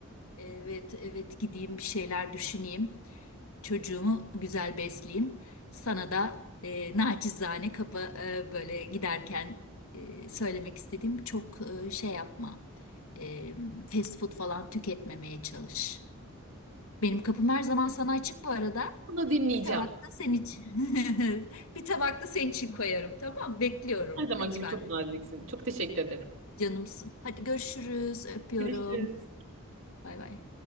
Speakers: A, on the left; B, on the right.
A: Evet, evet gideyim bir şeyler düşüneyim. Çocuğumu güzel besleyeyim. Sana da e, naçizane kapa e, böyle giderken e, söylemek istediğim çok e, şey yapma. E, fast food falan tüketmemeye çalış. Benim kapım her zaman sana açık bu arada.
B: Bunu dinleyeceğim.
A: Bir tabak da senin için. <laughs> Bir tabak da senin için koyarım tamam mı? Bekliyorum
B: Her zaman
A: lütfen.
B: gibi çok naziksin. Çok teşekkür ederim.
A: Canımsın. Hadi görüşürüz. Öpüyorum.
B: Görüşürüz.
A: Bay bay.